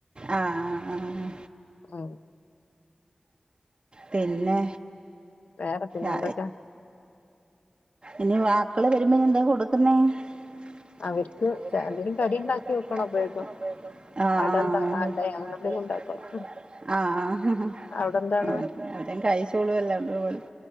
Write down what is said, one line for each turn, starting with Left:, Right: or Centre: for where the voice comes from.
Right: ആഹ് ആഹ് ആഹ്
Left: ഓ
Right: പിന്നെ.
Left: വേറെ പിന്നെ
Right: ആ,
Left: എന്തൊക്കെ
Right: ഇനി വാക്കള് വരുമ്പോ എന്താ കൊടുക്ക്ന്നെ അവര്ക്ക്
Left: അവർക്ക്
Right: ചായക്ക്
Left: ചെ എന്തെങ്കിലും കടി ഉണ്ടാക്കി
Right: എന്തെങ്കിലും
Left: വെക്കണം അപ്പോഴേക്കും.
Right: ഇണ്ടാക്കി കൊടുക്കണം.
Left: അട ഉണ്ടാ
Right: ആഹ്
Left: അട അങ്ങനെ എന്തെങ്കിലും
Right: ആഹ്
Left: ഉണ്ടാക്കണം.
Right: ആഹ് <unintelligible>
Left: അവിടെ
Right: കഴിച്ചോളും
Left: എന്താണ്?
Right: ല്ലാണ്ട് പോല.